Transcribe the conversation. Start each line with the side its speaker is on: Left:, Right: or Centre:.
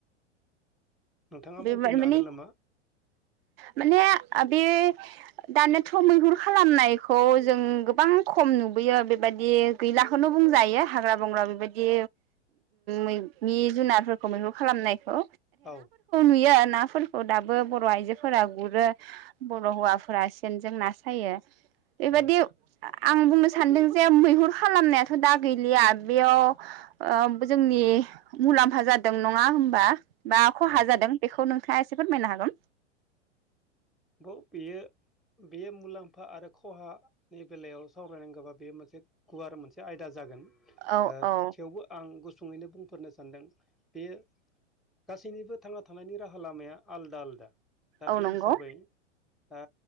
Centre: नोंथाङा
Right: बे
Centre: बुंफिननो
Right: माने
Centre: हागोन नामा।
Right: माने बे दानियाथ' मैहुर खालामनायखौ जों गोबां खम नुबोयो बेबायदि गैलाखौनो बुंजायो हाग्रा बंग्रा बेबायदि मैनि जुनारफोरखौ मैहुर खालामनायखौ।
Centre: औ।
Right: सुयो नाफोरखौ दाबो बर' आइजोफोरा गुरो बर' हौवाफोरा सेनजों ना सायो। बेबायदि।
Centre: औ
Right: आं बुंनो सानदों जे मैहुर खालामनायाथ' दा गैलिया बेयाव जोंनि मुलाम्फा जादों नङा हबा। खहा
Centre: औ
Right: जादों बेखौ नों। नोंथांडा एसे फोरमायनो हागोन।
Centre: ब' बेयो बेयो मुलाम्फा आरो खहानि बेलायाव सावरायनांगौबा बेयो मोनसे गुवार मोनसे आयदा जागोन। ओ
Right: औ औ
Centre: थेवबो आं । गुसुङैनो बुंफोरनो सानदों बे गासैनिबो थांना थानायनि राहा लामाया आलादा आलदा। दा
Right: औ
Centre: बे
Right: नंगौ
Centre: हिसाबै ओ